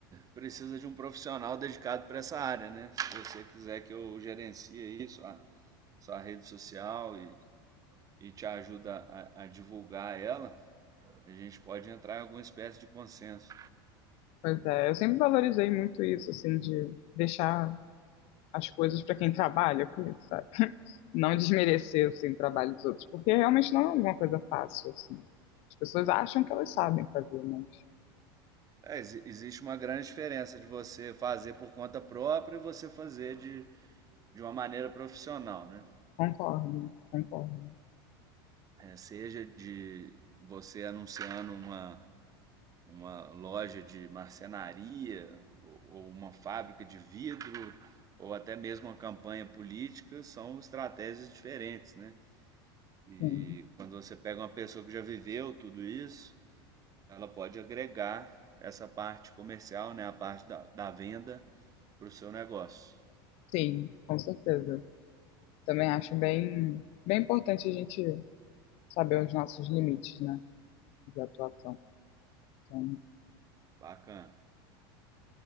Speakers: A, on the right; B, on the left.
A: precisa de um profissional dedicado para essa área, né? Se você quiser que eu gerencie aí sua, sua rede social e, e te ajuda a, a divulgar ela, a gente pode entrar em alguma espécie de consenso.
B: pois é, eu sempre valorizei muito isso, assim, de deixar as coisas para quem trabalha com isso, sabe? <laughs> Não desmerecer, assim, o trabalho dos outros, porque realmente não é alguma coisa fácil, assim. As pessoas acham que elas sabem fazer, mas
A: É, exi- existe uma grande diferença de você fazer por conta própria e você fazer de, de uma maneira profissional, né?
B: concordo, concordo.
A: É, seja de você anunciando uma, uma loja de marcenaria, ou, ou uma fábrica de vidro, ou até mesmo uma campanha política, são estratégias diferentes, né? E
B: Sim,
A: quando você pega uma pessoa que já viveu tudo isso, ela pode agregar essa parte comercial, né? A parte da, da venda para o seu negócio.
B: sim, com certeza. Também acho bem, bem importante a gente saber os nossos limites, né, de atuação. Então,
A: Bacana.